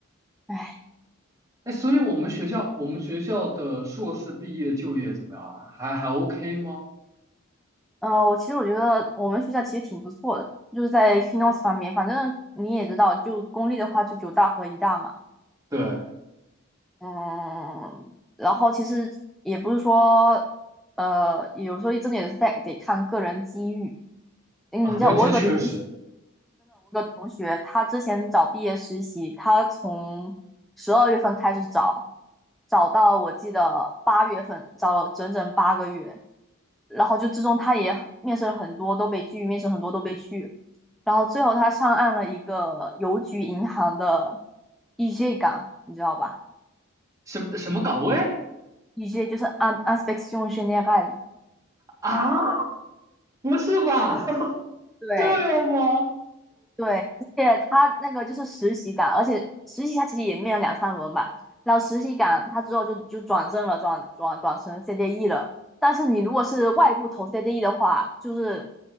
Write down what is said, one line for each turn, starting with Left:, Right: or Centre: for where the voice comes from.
Centre: 唉，
Right: 哎，所以我们学校，我们学校的硕士毕业就业怎么样啊？还还 OK 吗？
Centre: 呃，我其实我觉得我们学校其实挺不错的，就是在 finance 方面，反正你也知道，就公立的话就九大和一大嘛。
Right: 对
Centre: 嗯，然后其实也不是说，呃，有时候真的也是在得看个人机遇。嗯，
Right: 啊，
Centre: 你知道我有个同学，
Right: 那这确实，
Centre: 同学他之前找毕业实习，他从十二月份开始找，找到我记得八月份，找了整整八个月。然后就之中他也很面试了很多，都被拒；面试很多都被拒。然后最后他上岸了一个邮局银行的 EJ 岗，你知道吧？
Right: 什么什么岗位
Centre: 一些就是按 n s p e c t i o n g e n e r
Right: 啊？不是吧？<laughs>
Centre: 对
Right: 这样吗？
Centre: 对，而且他那个就是实习岗，而且实习他其实也面了两三轮吧，然后实习岗他之后就就转正了，转转转成 CDE 了。但是你如果是外部投 CDE 的话，就是